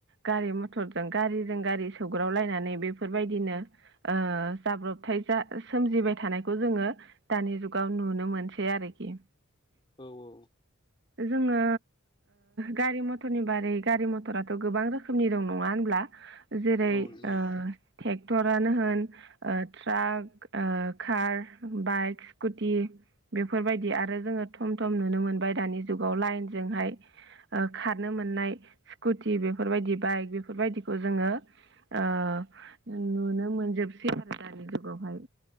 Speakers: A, on the right (about 50°); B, on the left (about 25°).
A: गारि मथरजों गारिजों गारि सौग्रावलायनानै बेफोरबायदिनो ओ जाब्रबथाय जा सोमजिबाय थानायखौ जोङो दानि जुगाव नुनो मोनसै आरोखि
B: औ औ
A: जोङो गारि मथरनि बारै गारि मथराथ' गोबां रोखोमनि दं नङा होनब्ला जेरै
B: औ
A: ओ
B: नंगौ
A: ट्रेक्टरानो होन ओ ट्राक ओ खार बाइक स्कुटि बेफोरबायदि आरो जोङो थम थम नुनो मोनबाय दानि जुगाव लाइनजोंहाय ओ खारनो मोननाय स्कुटि बेफोरबायदि बाइक बेफोरबायदिखौ जोङो ओ नुनो मोनजोबसै आरो दानि जुगावहाय